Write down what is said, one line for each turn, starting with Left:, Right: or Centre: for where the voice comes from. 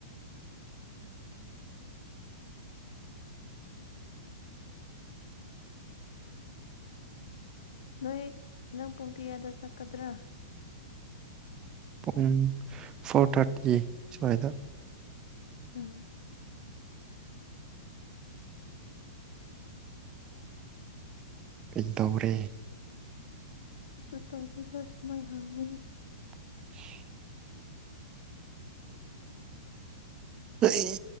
Left: ꯅꯣꯏ ꯅꯪ ꯄꯨꯡꯀꯤꯌꯥꯗ ꯁꯛꯀꯗ꯭ꯔꯥ
Right: ꯄꯨꯡ ꯐꯣꯔ ꯊꯥꯔꯇꯤ ꯁꯋꯥꯏꯗ
Left: ꯎꯝ
Right: ꯀꯩ ꯗꯧꯔꯦ
Left: ꯁꯨ ꯇꯧꯗꯗ ꯁꯨꯃꯥꯏ ꯍꯥꯡꯒꯅꯤ
Right: <unintelligible> ꯑꯩ